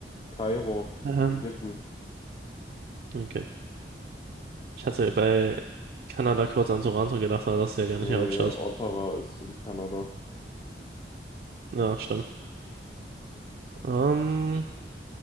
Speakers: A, on the left (about 30°); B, on the right (about 55°).
A: Kairo,
B: Ähm,
A: Ägypten.
B: okay. Ich hatte bei Kanada kurz an Toronto gedacht, aber das ist ja
A: Nee,
B: gar nicht die Hauptstadt.
A: Ottawa ist in Kanada.
B: Ja, stimmt. Ähm,